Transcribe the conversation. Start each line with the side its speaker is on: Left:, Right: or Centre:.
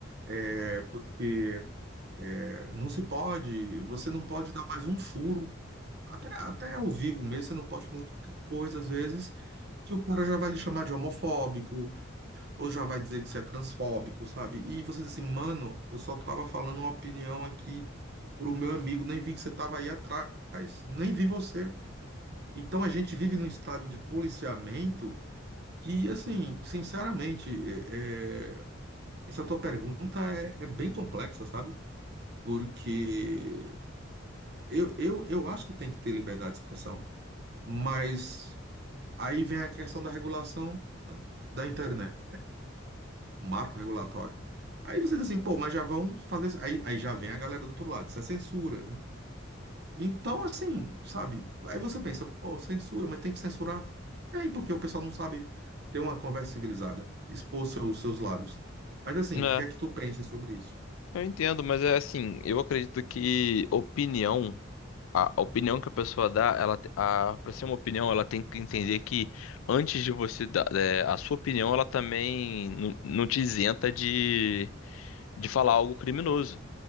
Right: É, porque é, não se pode, você não pode dar mais um furo até, até ao vivo mesmo, você não pode falar qualquer coisa, às vezes, que o cara já vai lhe chamar de homofóbico, ou já vai dizer que você é transfóbico, sabe? E você diz assim, mano, eu só tava falando uma opinião aqui pro meu amigo, nem vi que você tava aí atrás, nem vi você. Então a gente vive num estado de policiamento que, assim, sinceramente, é- é- essa tua pergunta é, é bem complexa, sabe? Porque eu, eu, eu acho que tem que ter liberdade de expressão, mas. Aí vem a questão da regulação, né, da internet, o marco regulatório. Aí você diz assim, pô, mas já vão fazer. isso. Aí, aí já vem a galera do outro lado, isso é censura, né? Então, assim, sabe? Aí você pensa, pô, censura, mas tem que censurar. É, porque o pessoal não sabe ter uma conversa civilizada, expor seus, seus lados. Mas assim,
Left: É,
Right: o que é que tu pensa sobre isso?
Left: eu entendo, mas é assim, eu acredito que opinião. a a opinião que a pessoa dá, ela a para ser uma opinião, ela tem que entender que antes de você dar é, a sua opinião, ela também não, não te isenta de, de falar algo criminoso.